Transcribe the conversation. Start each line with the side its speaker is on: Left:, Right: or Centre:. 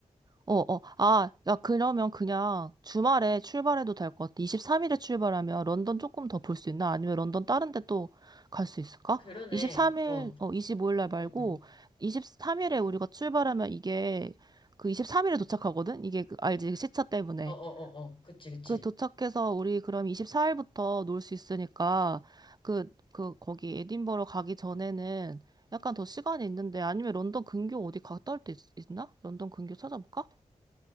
Right: 어, 어, 아, 야, 그러면 그냥 주말에 출발해도 될 것 같아. 23일에 출발하면 런던 조금 더 볼 수 있나? 아니면 런던 다른 데 또 갈 수 있을까?
Left: 아 그러네.
Right: 23일,
Left: 어,
Right: 어, 25일 날 말고,
Left: 응, 응.
Right: 23일에 우리가 출발하면 이게 그 23일에 도착하거든? 이게 그, 알지? 시차 때문에.
Left: 어, 어, 어, 어. 그치, 그치.
Right: 그 도착해서 우리 그럼 24일부터 놀 수 있으니까, 그, 그, 거기 에딘버러 가기 전에는 약간 더 시간이 있는데, 아니면 런던 근교 어디 갔다 올 때 있나? 런던 근교 찾아볼까?